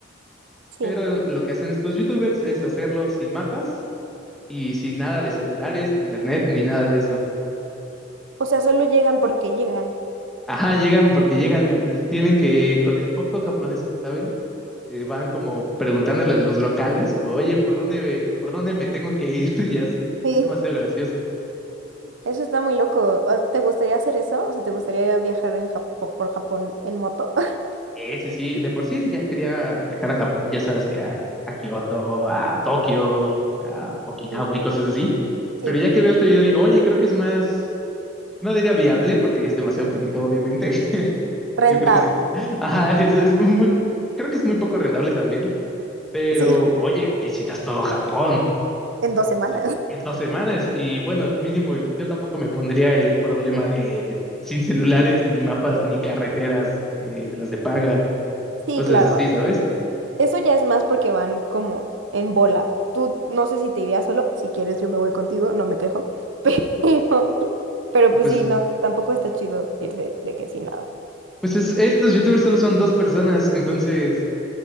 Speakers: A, on the right; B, in the centre.
A: Sí.
B: Pero lo que hacen estos youtubers es hacerlo sin mapas y sin nada de celulares, ni internet, ni nada de eso.
A: O sea, solo llegan porque llegan.
B: Ajá, llegan porque llegan, tienen que, con el poco japonés que saben, eh, van como preguntándole a los locales, como, oye, ¿por dónde, por dónde me tengo que ir? <laughs> Y así.
A: Sí.
B: Es demasiado gracioso.
A: Eso está muy loco. O- ¿Te gustaría hacer eso? O sea, ¿te gustaría viajar en Japo- por Japón en moto? <laughs>
B: Sí, sí, sí, de por sí ya quería viajar a Japón, ya sabes que a, a Kioto, a Tokio, a Okinawa
A: Mm.
B: y cosas así, pero
A: Sí,
B: ya que veo este video digo, oye, creo que es más, no diría viable porque es demasiado complicado obviamente, <laughs>
A: rentable.
B: yo creo que sí, <laughs> ajá, es, es muy, creo que es muy poco rentable también, pero
A: Sí,
B: oye, visitas todo Japón
A: en dos semanas.
B: dice, en dos semanas y bueno, mínimo yo tampoco me pondría el problema de sin celulares, ni mapas, ni carreteras eh, de las de paga,
A: Sí,
B: cosas
A: claro.
B: así, ¿sabes?
A: Eso ya es más porque van como en bola. Tú no sé si te irías solo. Si quieres, yo me voy contigo, no me quejo. <laughs> Pero, pero pues
B: Pues,
A: sí, no, tampoco está chido irse de que sin nada.
B: pues es- estos youtubers solo son dos personas, entonces